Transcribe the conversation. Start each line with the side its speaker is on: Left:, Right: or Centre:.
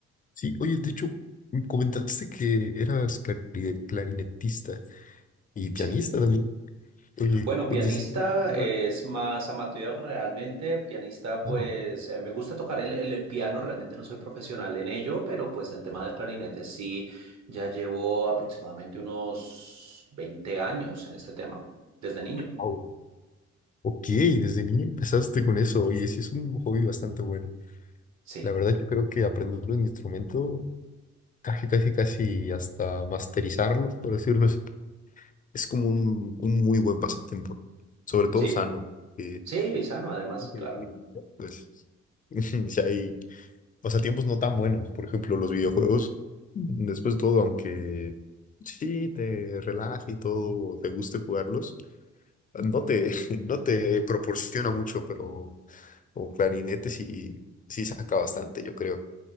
Left: Sí, oye, de hecho, m- comentaste que eras clari- clarinetista y pianista
Right: Sí.
Left: también. Oye,
Right: Bueno, pianista
Left: pues, ¿desde cuándo lleva-
Right: es más amateur realmente. Pianista, pues
Left: Wow,
Right: eh, me gusta tocar el, el- el piano, realmente no soy profesional en ello, pero pues el tema del clarinete sí, ya llevo aproximadamente unos 20 años en este tema, desde niño.
Left: wow. Ok, desde niño empezaste con eso. Oye, sí es un hobby bastante bueno.
Right: Sí,
Left: La verdad, yo creo que aprender un instrumento, casi, casi, casi hasta masterizarlo, por decirlo así, es como un, un muy buen pasatiempo, sobre todo
Right: sí,
Left: sano. que,
Right: sí, sano además, claro.
Left: que hoy pues, <laughs> si hay pasatiempos no tan buenos, por ejemplo, los videojuegos, después de todo, aunque sí te relaje y todo, o te guste jugarlos, no te, <laughs> no te proporciona mucho, pero como clarinete sí, sí saca bastante, yo creo.